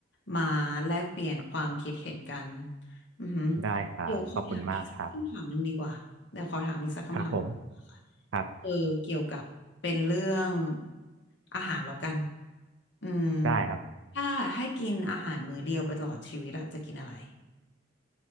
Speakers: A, on the left; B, on the right.
A: มาแลกเปลี่ยนความคิดเห็นกันอือหือ
B: ได้ครับขอบคุณมากครับ
A: เดี๋ยวขอถามอีกสักคำถามหนึ่งดีกว่าเดี๋ยวขอถามอีกสักคำถาม
B: ครับผม
A: ค่ะ
B: ครับ
A: เออเกี่ยวกับเป็นเรื่องอาหารแล้วกันอืม
B: ได้ครับ
A: ถ้าให้กินอาหารมื้อเดียวไปตลอดชีวิตอะจะกินอะไร